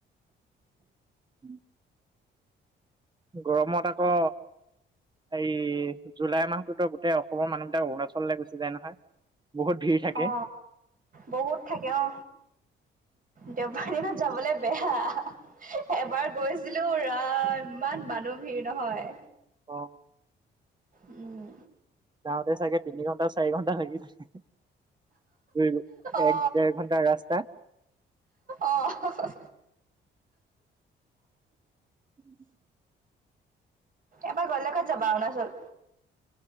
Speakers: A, on the right (about 20°); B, on the right (about 45°).
A: উম গৰমত আকৌ এই জুলাই মাহটোতো গোটেই অসমৰ মানুহবলাক অৰুণাচললৈ গুচি যায় নহয় বহুত ভিৰ থাকে।
B: অ বহুত থাকে অ দেওবানী ন যাবলৈ বেয়া এবাৰ গৈছিলো পুৰা ইমান মানুহ ভিৰ নহয়।
A: অ।
B: উম
A: যাওঁতে চাগে তিনি ঘণ্টা চাৰি ঘণ্টা লাগি থাকে। দুই
B: অ
A: এক ডেৰ ঘণ্টাৰ ৰাস্তা
B: আহ।
A: উম
B: এবাৰ গলে ক'ত যাবা অৰুণাচল।